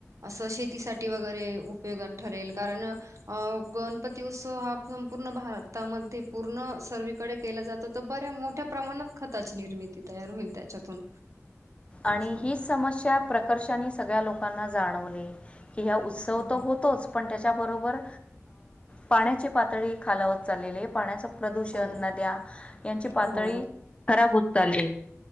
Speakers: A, on the right; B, on the left.
A: असं शेतीसाठी वगैरे उपयोगात ठरेल कारण अ गणपती उत्सव हा संपूर्ण भारतामध्ये पूर्ण सर्वीकडे केला जातो तर बऱ्या मोठ्या प्रमाणात खताची निर्मिती तयार होईल त्याच्यातून
B: आणि
A: असं
B: ही समस्या प्रकर्षानी सगळ्या लोकां लोकांना जाणवले की ह्या
A: हम्म,
B: उत्सव तर
A: हम्म.
B: होतोच पण त्याच्याबरोबर पाण्याची पातळी खालावत चाललेली आहे पाण्या प्रदूषण
A: हो
B: नद्या यांची पातळी
A: हो
B: खराब हो चाले